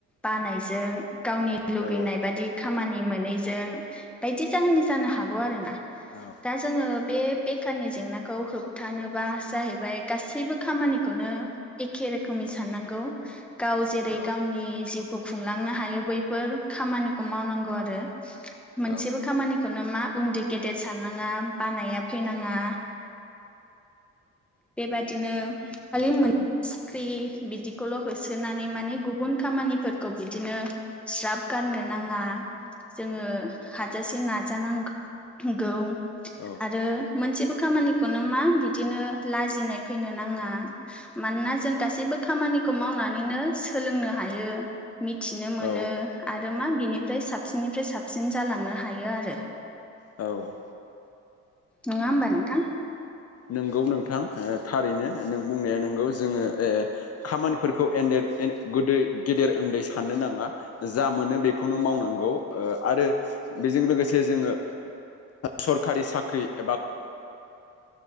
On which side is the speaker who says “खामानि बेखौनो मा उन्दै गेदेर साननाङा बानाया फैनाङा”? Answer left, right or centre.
Centre